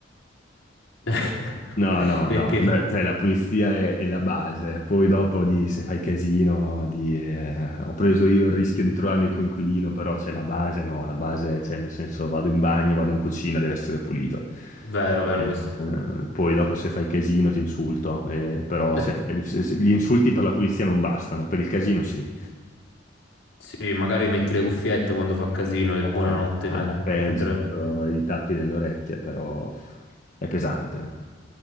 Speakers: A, on the left; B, on the left.
A: <laughs>
B: No, no,
A: Perché?
B: no, no, cioè, la pulizia è, è la base, poi dopo di se fai casino, di, eh, ho preso io il rischio di trovarmi il coinquilino, però c'è la base, no, la base, cioè nel senso vado in bagno, vado in cucina, deve essere pulito.
A: Vero,
B: Eh,
A: vero questo.
B: eh, poi dopo se fai casino ti insulto, eh, però
A: Eh,
B: se- se- se- gli insulti per la pulizia non bastano, per il casino sì.
A: Sì, magari metti le cuffiette quando fa casino e
B: Eh,
A: buonanotte.
B: alla
A: me-
B: peggio,
A: Mentre...
B: metterò i tappi nelle orecchie, però è pesante.